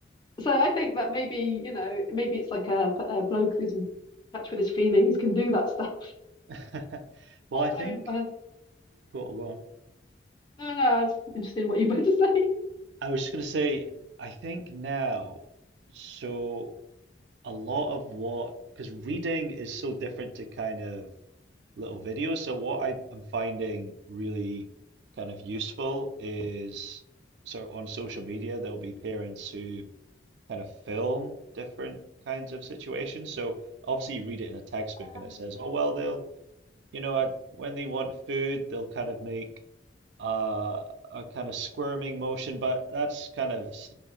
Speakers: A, on the left; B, on the right.
A: so I think that maybe, you know, maybe it's like a, a bloke who's in touch with his feelings can do that stuff.
B: <laughs> Well,
A: I,
B: I think,
A: I mean, uh,
B: go go on.
A: no, no, I was interested in what you were about to say. <laughs>
B: I was just going to say, I think now, so a lot of what, because reading is so different to kind of little videos. So what I, I'm finding really kind of useful is so on social media, there'll be parents who kind of film different kinds of situations. So obviously you read it in a textbook
A: Um,
B: and it says, oh, well, they'll, you know, I, when they want food, they'll kind of make uh, a kind of squirming motion, but that's kind of s-